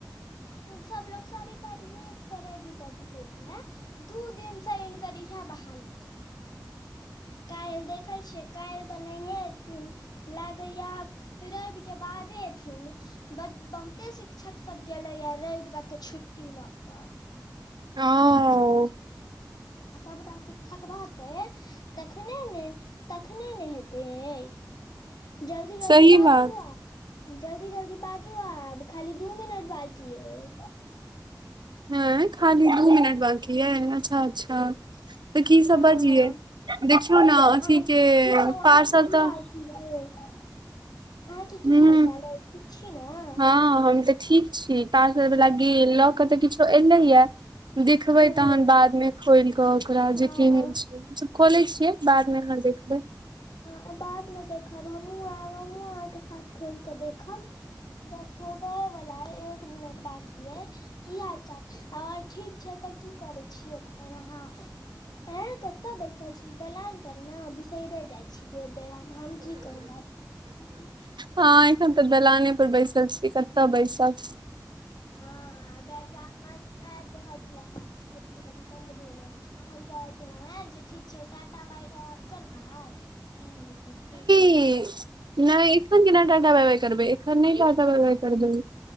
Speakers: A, on the left; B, on the right.
A: सबलोग साड़ी-ताड़ी निक से रेडी-तेडी होइत हेत। दू दिनसँ इनकर इहऽ बहाना चल काल्हि देखै छियै काल्हि तऽ नहिए एथिन। लागैया आब रैब के बादे एथिन बड बहुते शिक्षक सब गेले या रैब तक के छुट्टी लऽकऽ।
B: हं।
A: आ सबटा शिक्षक रहतै तखने ने, तखने ने हेते यै। जल्दी-जल्दी
B: सही
A: बाजु
B: बात
A: आब जल्दी-जल्दी बाजू आब खाली दू मिनट बाकी ऐय।
B: ऐ खाली दू मिनट बकी अए अच्छा-अच्छा तऽ की सब
A: हँ
B: बाजिये।
A: हँ
B: देखियौ ने अथी
A: आब
B: के
A: की बताउ
B: पारसल
A: अहाँके
B: तऽ
A: की यैय अहाँके की
B: हूँ
A: हाल चाल अई ठीक छी न।
B: हँ हम तऽ ठीक छी ताजर वला गेल लऽ के तऽ किछो एलेयै। दिखबे
A: हूँ
B: तहन बाद मे खोल के ओकरा
A: हँ
B: जे केहेन
A: हँ
B: छै। हमसब खोले छियै बादमे अहा देखबे।
A: ह बाद में देख खब हमहु ऐब हमहु अहाँके साथ खोल के देखब बस मोबाईल होयबला एक मिनट बाकी अए की हाल चाल और। ठीक छै तऽ की करे छी एखन अहाँ एय कतऽ बैसल छी दलान पर ना बिसैरे जाइ छी बेर-बेर हम, हम की कहू आब।
B: हँ एखन तऽ दलाने पर बैसल छी कतऽ बैसब।
A: हँ बैग्राउंड नाच त आयब रहल छलैहे एख अखैन धड़ी बन्द भेल अइछ, आम गाछ। कहलौ हैं जे ठीक छै टाटा बाय-बाय आब करबै नै नै कतै‌ सु
B: किऽ। नै एखन केना टाटा बाय- बाय करबै एखन नै टाटा बाय-बाय करबै।